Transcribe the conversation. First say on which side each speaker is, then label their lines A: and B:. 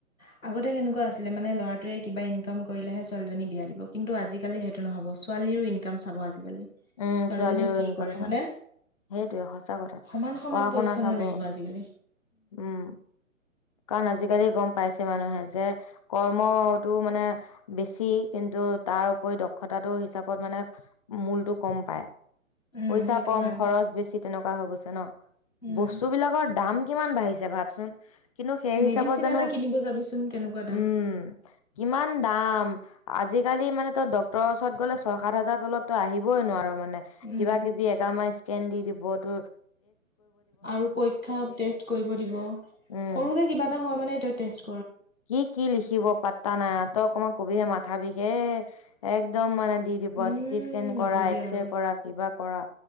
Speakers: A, on the left (about 85°); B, on the left (about 25°).
A: উ আগতে কেনেকুৱা আছিলে মানে ল'ৰাটোৱে কিবা ইনকাম কৰিলেহে ছোৱালীজনী বিয়া দিব কিন্তু আজিকালি সেইটো নহ'ব ছোৱা লিৰো ইনকাম চাব আজিকালি
B: উম
A: ছোৱালীজনীয়ে
B: ছোৱালীৰো
A: কি
B: ইনকাম
A: কৰে
B: চাব
A: হয়নে?
B: সেইটোয়ে সঁচা কথা
A: সমান সমান
B: পঢ়া
A: পজিচনৰ
B: শুনা চাব
A: লাগিব আজিকালি।
B: উম কাৰণ আজিকালি গম পাইছে মানুহে যে কৰ্মতটো মানে বেছি কিন্তু তাৰ উপৰি দক্ষতাটো হিচাপত মানে মূলতটো কম পায়।
A: উম
B: পইচা
A: সেইটো
B: কম
A: কাৰণে
B: খৰচ বেছি তেনেকুৱা হৈ গৈছে ন
A: উম
B: বস্তু বিলাকৰ দাম কি? কিমান বাঢ়িছে ভাবচোন কিন্তু সেই হিচাপত
A: মেডিচিন
B: জানো
A: এটা কিনিব যাবিচোন কেনেকুৱা
B: উম
A: দাম
B: ইমান দাম? আজিকালি মানে তই ডক্তৰৰ ওচৰত গ'লে ছয় সাত হাজাৰ তলত তই আহিবই নোৱাৰ মানে কে
A: উম
B: কিবা কিবি এগাম স্কেন দি দিব ত
A: আৰু পৰীক্ষা টেষ্টত কৰিব দিব সৰুকে
B: উম
A: কিবা এটা হোৱা মানে তই টেষ্টত
B: কি কি লিখিব পাতা নাই তই অকণমান কবিহে মাথা বিষ হে একদম মানে দি দিব
A: উম
B: চিটি স্কেন কৰা
A: নকবি
B: এক্সৰে
A: আৰু
B: কৰা কিবা কৰা